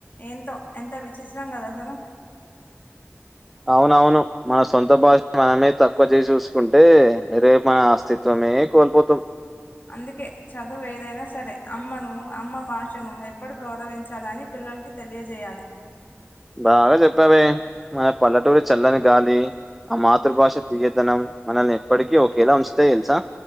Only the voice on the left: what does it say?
ఏంతో ఎంత విచిత్రం గదసలు
అందుకే చదువు ఏదైనా సరే అమ్మను అమ్మ భాషను ఎప్పడు గౌరవించాలని పిల్లలకి తెలియజేయాలి